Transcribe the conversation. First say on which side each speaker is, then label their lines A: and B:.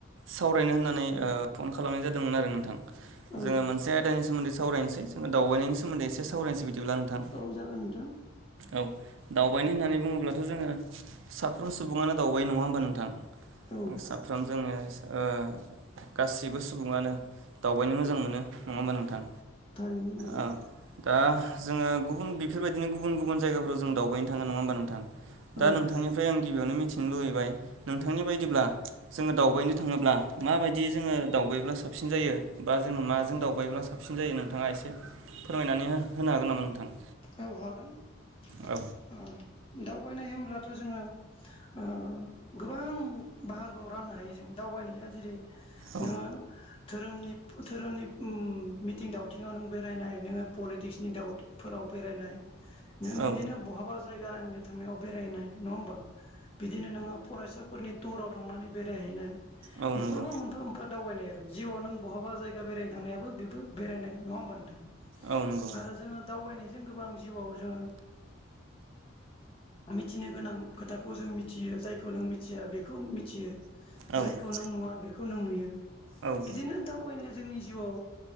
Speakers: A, on the right; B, on the left.
A: सावरायनो होननानै ओ फन खालामनाय जादोंमोन आरो नोंथां।
B: औ
A: जोंङो मोनसे आदानि सोमोन्दै सावरायनोसै जोंङो दावबायनायनि सोमोन्दै एसे सावरायसै बि दिब्ला नोंथां
B: औ जागोन नोंथां
A: औ दावबायनाय होननानै बुङोब्लाथ' जोङो साफ्रोम सुबुङानो दावबायो नङा होमबा नोंथां
B: औ
A: साफ्रोम जोङो ओ गासिबो सुबुङानो दावबायनो मोजां मोनो नङा होमबा नोंथां।
B: थारैनो नंगौ
A: औ दा जोङो गुबुन बेफोरबायदिनो गुबुन गुबुन जायगाफोराव जों दावबायनो थाङो नङा होमबा नोंथां दा
B: औ
A: नोंथांनिफ्राय आं गिबियावनो मिथिनो लुुबैबाय नोंथांनि बायदिब्ला जोङो दावबायनो थाङोब्ला माबायदि जोङो दाव बायायोब्ला साबसिन जायो बा जोङो माजों दावबायोब्ला साबसिन जायो नोंथाङा एसे फोरमायनानै हो-होनो हागोन नामा नोंथां?
B: औ हागोन अ
A: औ
B: दाव बायनाय होमब्लाथ' जोङो ओ गोबां बाहागोआव राननो हायो जों दावबायनाया जेरै
A: औ
B: नोङो धोरोमनि धोरोमनि उम मिथिं दावथिंआव नों बेरायनाय नोङो पलिटिक्सनि दाउटफोराव बेरायनाय नों बिदिनो
A: औ
B: बहाबा जायगा आंनि थांनायाव बेरायनाय नङा होमबा बिदिनो नोङो फरायसाफोरनि टुराव थांनानै बेरायहैनाय
A: औ
B: बेफोरबो
A: नंगौ
B: मोनफा मोनफा दावबायनाय आरो जिउआव नों बहाबा जायगा बेरायनो थांनायाबो बेबो बेरायनाय नङा होमबा नोंथां
A: औ नंगौ
B: आरो जोङो दावबायनायजों गोबां जिउआव जोङो मिथिनो गोनां खोथाखौ जों मिथियो जायखौ नों मिथिया बेखौनो मिथियो।
A: औ
B: जायखौ नों नुवा बेखौ नों नुयो
A: औ
B: बिदिनो दावबायनाया जोंनि जिउआव